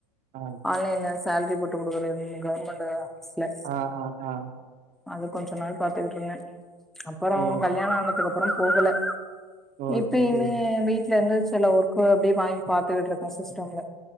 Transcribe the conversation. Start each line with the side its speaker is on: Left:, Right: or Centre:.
Right: ஹ
Centre: ஆன்லைன்ல சால்டிரி போட்டு குடுக்குறதுனு கவர்மெண்ட்டு ஆஃபீஸ்ல
Right: ஆ ஆ ஆ
Centre: அது கொஞ்ச நாள் பாத்துக்கிட்டு இருந்தே அப்பறோ
Right: ஓ
Centre: கல்யாண ஆனத்து அப் பறோ போகல்ல
Right: ஓ
Centre: இப்பயிமே
Right: சரி சரி
Centre: வீட்டுல இருந்து செல ஒர் க்கு அப்டி வாங்கி பாத்துகிட்டு இருக்கே சிஸ்டேம்ல